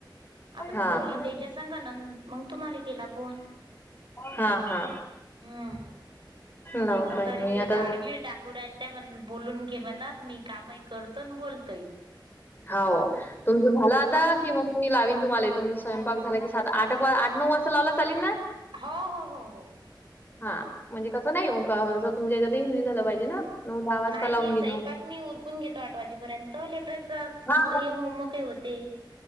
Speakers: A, on the right (about 80°); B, on the left (about 25°).
A: आता
B: हा.
A: बोलली त्याच्या संगाना मग तुम्हाला केला फोन.
B: हा हा.
A: हम्.
B: लावून
A: पण
B: पाहिन
A: तरी
B: मी
A: ते
B: आता
A: दाडगिळ टाकू राहीले. त्या म्हण, बोलून घे म्हण मी कामही करतो बोलतोय.
B: हाव, तुमचं झालं आता- कि मग मी लावीन तुम्हाला तुमच स्वयंपाक झाला कि, आठ आठ, नऊ वाजता लावला तर चालेल ना?
A: हो, हो, हो, हो.
B: हा, म्हणजे कसं नाही मगं तुमच्या याच्यात हे झालं पाहिजे ना? नऊ दहा वाजता
A: नाही,
B: लावून
A: नाही,
B: घेन
A: स्वयपाक मी उरकून घेतो, आठ वाजेपर्यंत लेकरायच-
B: हा
A: हे होमवर्क ही होते.